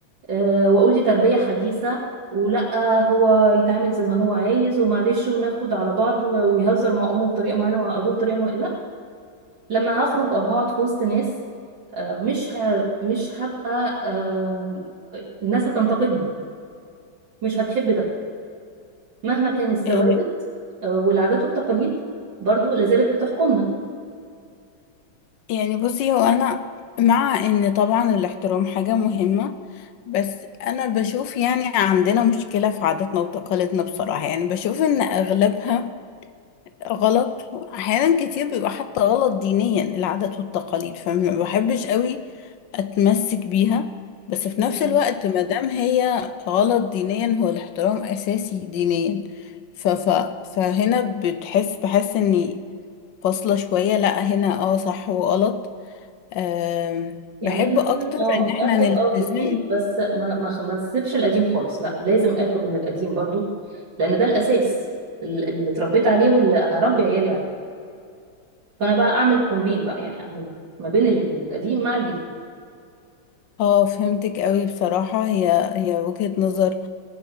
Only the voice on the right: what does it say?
آه، واقول دي تربية حديثة ولا هو يتعامل زي ما هو عايز ومعلش وناخد على بعض ويهزر مع امه بطريقة معينة وابوه بطريقة معينة لا لما هخرج او هقعد في وسط ناس آه، مش ه... مش هبقى آه، الناس هتنتقدني مش هتحب ده مهما كان الثوابت
آه، والعادات والتقاليد برضو لازالت بتحكمنا
تمام
يعني
انا لازم
اه
اخد
اه جديد بس ما ما ما اسيبش القديم خالص لا لازم اخد من القديم برضو لان ده الاساس ال- اللي اتربيت عليه واللي هربي عيالي عليه فانا بقى اعمل كومبين بقى يعني اعمل ما بين الاثنين القديم مع الجديد